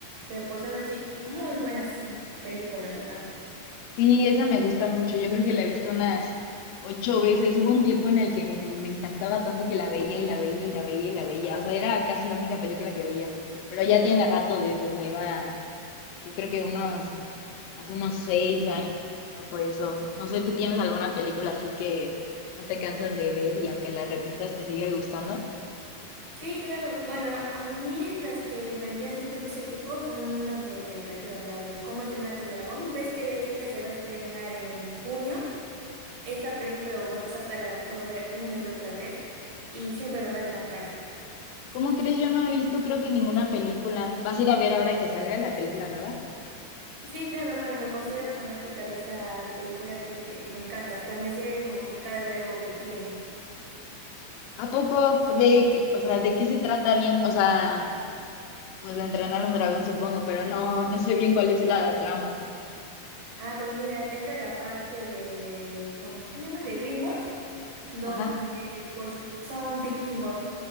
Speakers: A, on the right; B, on the left.
A: Pero pues aún así, muy buenas películas, ¿verdad?
B: Sí, esa me gusta mucho. Yo creo que la he visto unas ocho veces. Hubo un tiempo en el que me encantaba tanto que la veía y la veía y la veía y la veía. O sea, era casi la única película que veía. Pero ya tiene rato de eso. O sea, iba, yo creo que unos Hace unos seis años fue eso. No sé, ¿tú tienes alguna película así que no te cansas de ver y aunque la repitas te sigue gustando?
A: Sí, claro. Bueno, a mí las que vendrían siendo de ese tipo son unas de caricaturas, la de Cómo entrenar a tu dragón. Ves que de hecho ahorita se va a estrenar en junio. Esa película, o bueno, esa saga la puedo ver una y otra vez y siempre me va a encantar.
B: ¿Cómo crees? Yo no he visto creo que ninguna película. ¿Vas a ir a ver ahora que salga la película nueva?
A: Sí, claro, bueno, me considero fanática de esa película, así que me encanta. Hasta me sé como que cada diálogo que tienen.
B: ¿A poco? ¿De qué, o sea, de qué se trata bien? O sea, pues de entrenar un dragón supongo, pero no, no sé bien cuál es la trama.
A: Ah, pues mira, es de la parte de, ¿cómo se llama? De DreamWorks, donde
B: Ajá.
A: pues son vikingos.